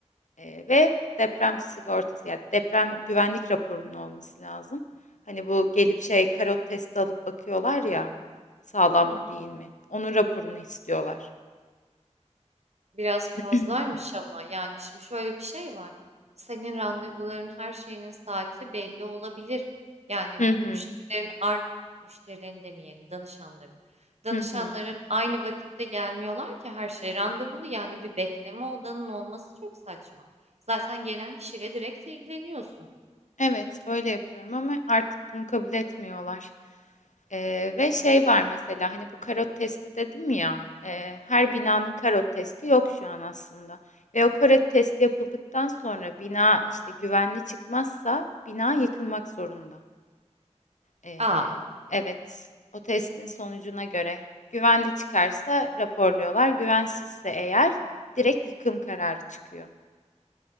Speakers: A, on the left; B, on the right.
A: Ee, ve deprem sigortası yani deprem güvenlik raporunun olması lazım. Hani bu gelip şey karot testi alıp bakıyorlar ya sağlam
B: Hı
A: mı
B: hı.
A: değil mi? Onun raporunu istiyorlar.
B: Biraz
A: <clears throat>
B: fazlaymış ama yani şimdi şöyle bir şey var. Senin randevuların her şeyinin saati belli olabilir. Yani
A: Hı hı.
B: müşterilerin art müşterilerin demeyelim danışanların. Danışanların
A: Hı hı.
B: aynı vakitte gelmiyorlar ki her şey randevulu yani bir bekleme odanın olması çok saçma. Zaten gelen kişiyle direkt ilgileniyorsun.
A: Evet, öyle yapıyorum ama artık bunu kabul etmiyorlar. Ee, ve şey var mesela hani bu karot testi dedim ya e, her
B: Hı
A: binanın
B: hı.
A: karot testi yok şu an aslında. Ve o karot testi yapıldıktan sonra bina işte güvenli çıkmazsa bina yıkılmak zorunda. Ee,
B: Aa,
A: evet, o testin sonucuna göre güvenli çıkarsa raporluyorlar, güvensizse eğer direkt yıkım kararı çıkıyor.